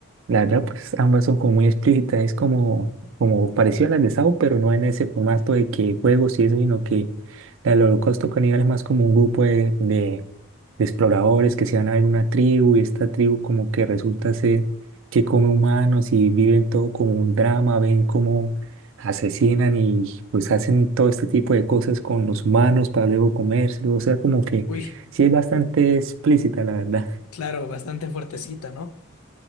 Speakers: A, on the right (about 60°); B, on the left (about 80°).
A: la verdad, pues ambas son como muy explícitas, es como, como parecido a las de Saw, pero no en ese formato de que juegos y eso, sino que la del Holocausto Caníbal es más como un grupo de, de- de exploradores que se van a ver una tribu y esta tribu como que resulta ser que come humanos y viven todo como un drama, ven cómo asesinan y pues hacen todo este tipo de cosas con los humanos para luego comérselos, o sea, como que
B: Uy,
A: sí es bastante explícita, la verdad.
B: claro, bastante fuertecita, ¿no?